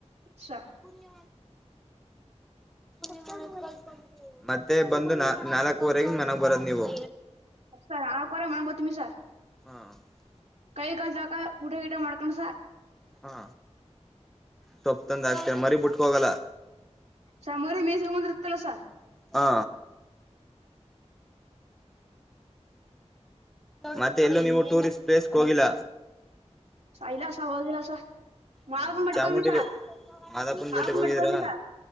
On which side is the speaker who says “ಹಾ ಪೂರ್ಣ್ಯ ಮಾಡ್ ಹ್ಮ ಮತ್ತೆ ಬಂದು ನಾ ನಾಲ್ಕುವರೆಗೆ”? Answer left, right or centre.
Centre